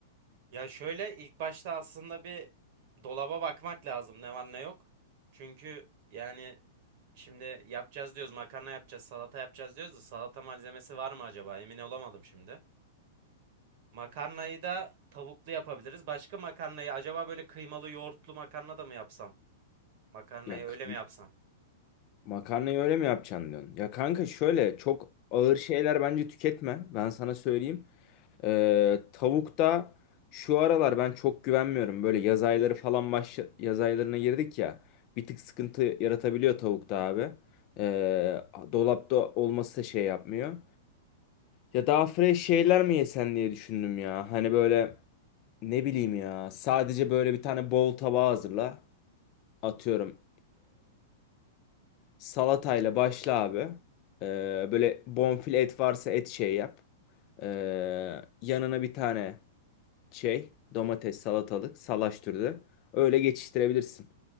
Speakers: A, on the right; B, on the left.
A: Ya şöyle ilk başta aslında bir dolaba bakmak lazım ne var ne yok. Çünkü yani şimdi yapacağız diyoruz makarna yapacağız salata yapacağız diyoruz da salata malzemesi var mı acaba emin olamadım şimdi. Makarnayı da tavuklu yapabiliriz. Başka makarnayı acaba böyle kıymalı yoğurtlu makarna da mı yapsam? Makarnayı
B: Yak.
A: öyle mi yapsam?
B: Makarnayı öyle mi yapacaksın diyorsun? Ya kanka şöyle çok ağır şeyler bence tüketme. Ben sana söyleyeyim. Ee, tavukta şu aralar ben çok güvenmiyorum. Böyle yaz ayları falan baş yaz aylarına girdik ya. Bir tık sıkıntı yaratabiliyor tavukta abi. Ee, dolapta olması da şey yapmıyor. Ya daha fresh şeyler mi yesen diye düşündüm ya. Hani böyle ne bileyim ya. Sadece böyle bir tane bol tabağı hazırla. Atıyorum. Salatayla başla abi. Ee, böyle bonfile et varsa et şey yap. Ee, yanına bir tane şey domates salatalık salaş türü. Öyle geçiştirebilirsin.